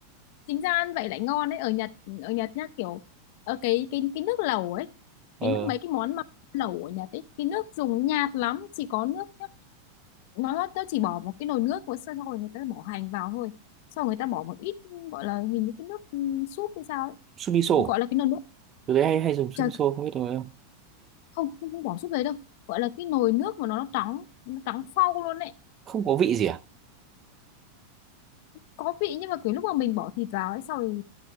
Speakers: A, on the left; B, on the right.
A: chính ra ăn vậy lại ngon đấy ở Nhật ở Nhật nhá kiểu ở cái cái cái nước lẩu ấy
B: ờ
A: cái nước mấy cái món mà lẩu ở Nhật ấy cái nước dùng nhạt lắm chỉ có nước nhá. nó nó chỉ bỏ một cái nồi nước của xong rồi người ta bỏ hành vào thôi sau rồi người ta bỏ một ít gọi là hình như cái nước ừ, súp hay sao ấy.
B: sumiso
A: gọi là cái nồi nước
B: tôi thấy hay hay dùng sumiso
A: trời
B: không biết được không
A: không không không bỏ súp đấy đâu gọi là cái nồi nước mà nó trắng nó trắng phau luôn đấy
B: không có vị gì à
A: có vị nhưng mà kiểu lúc mà mình bỏ thịt vào ấy sau thì,